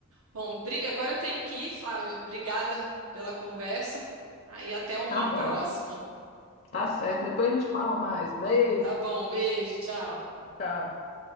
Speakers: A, on the right (about 85°); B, on the left (about 40°).
A: Bom, bri- agora eu tenho que ir, Flávia. Obrigada pela conversa. Aí até uma
B: Tá bom,
A: próxima.
B: tá certo. Depois a gente fala mais. Beijo.
A: Tá bom, beijo, tchau.
B: Tchau.